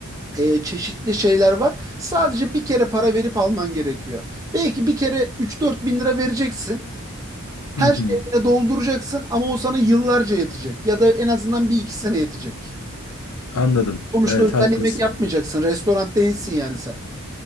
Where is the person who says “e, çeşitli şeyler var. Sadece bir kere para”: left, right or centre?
Right